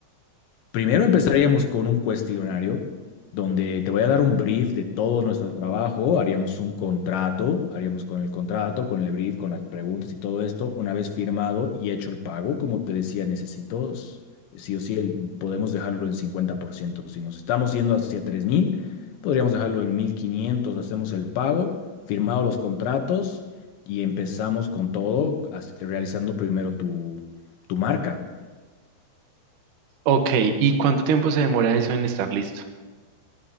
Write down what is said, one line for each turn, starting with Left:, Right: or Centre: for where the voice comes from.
Left: Primero empezaríamos con un cuestionario donde te voy a dar un brief de todo nuestro trabajo, haríamos un contrato, haríamos con el contrato, con el brief, con las preguntas y todo esto. Una vez firmado y hecho el pago, como te decía, necesito s- sí o sí, el- podemos dejarlo en 50%. Si nos estamos yendo hacia 3.000, podríamos dejarlo en 1.500. hacemos el pago, firmado los contratos y empezamos con todo, as- realizando primero tu tu marca.
Right: Ok, ¿y cuánto tiempo se demora eso en estar listo?